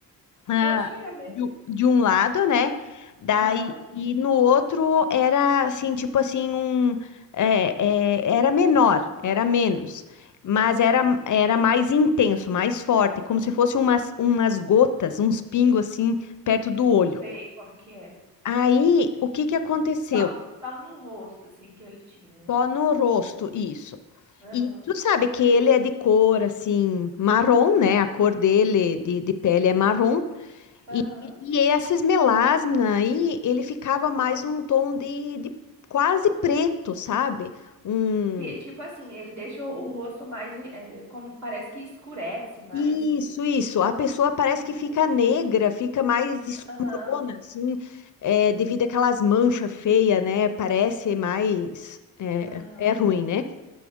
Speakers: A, on the left; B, on the right.
A: ah,
B: Oxe, é mesmo?
A: de, um de um lado, né? Daí,
B: Aham,
A: e no outro era assim, tipo assim, um é, é, era menor, era menos, mas
B: sim.
A: era, era mais intenso, mais forte, como se fosse umas, umas gotas, uns pingos assim, perto do olho.
B: Sei como que é.
A: Aí, o que que aconteceu?
B: Só, só no rosto, assim, que ele tinha, né?
A: Só no rosto, isso.
B: Aham,
A: E tu sabe que ele é de cor assim, marrom, né? A cor dele de, de pele é marrom.
B: aham.
A: E, e essas melasmas aí, ele ficava mais um tom de, de quase preto, sabe? Um...
B: Que, tipo assim, ele deixa o rosto mais, é como, parece que escurece mais,
A: Isso,
B: né?
A: isso. A pessoa parece
B: Sim,
A: que fica
B: sei como
A: negra,
B: que é.
A: fica mais escurona,
B: Aham,
A: assim, é, devido àquelas manchas feias, né? Parece mais. É,
B: aham,
A: é ruim, né?